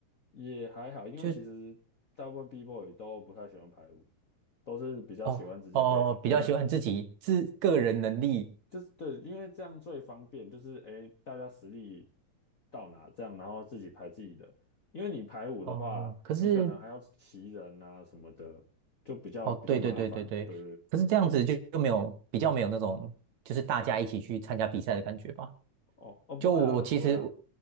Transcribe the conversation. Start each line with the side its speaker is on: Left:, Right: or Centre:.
Left: 也还好，因为其实大部分
Right: 就
Left: B boy 都不太喜欢排舞，都是比较喜欢直接
Right: 哦哦，
Left: battle，
Right: 比较喜欢自己自个人能力
Left: 因为就是对，因为这样最方便，就是诶大家实力到哪这样，然后自己排自己的，因为你排舞的话，
Right: 哦。可是
Left: 你可能还要骑人啊什么的，就比较比较麻烦，
Right: 哦，对对对对对，
Left: 对。
Right: 可是这样子就就没有比较没有那种就是大家一起去参加比赛的感觉吧？
Left: 哦哦，不会啊，
Right: 就我其实
Left: 不会啊，